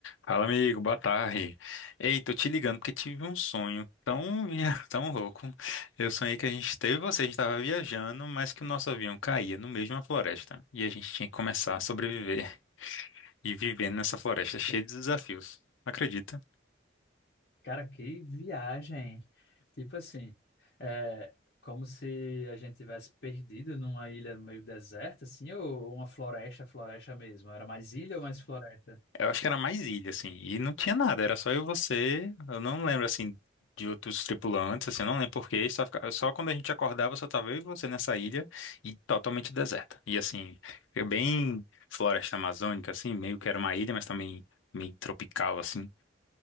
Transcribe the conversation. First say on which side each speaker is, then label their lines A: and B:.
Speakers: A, on the left; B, on the left.
A: Fala, amigo, boa tarde. Ei, tô te ligando porque tive um sonho tão, via- <laughs> tão louco. Eu sonhei que a gente teve você, a gente tava viajando, mas que o nosso avião caía no meio de uma floresta e a gente tinha que começar a sobreviver e vivendo nessa floresta cheia de desafios. Acredita?
B: Cara, que viagem! Tipo assim, é como se a gente tivesse perdido numa ilha meio deserta, assim, ou uma floresta, floresta mesmo. Era mais ilha ou mais floresta?
A: Eu acho que era mais ilha, assim, e não tinha nada, era só eu e você. Eu não lembro, assim, de outros tripulantes, assim, eu não lembro porquê. Só, fica- só quando a gente acordava, só tava eu e você nessa ilha e totalmente deserta. E, assim, eu bem floresta amazônica, assim, meio que era uma ilha, mas também meio tropical, assim.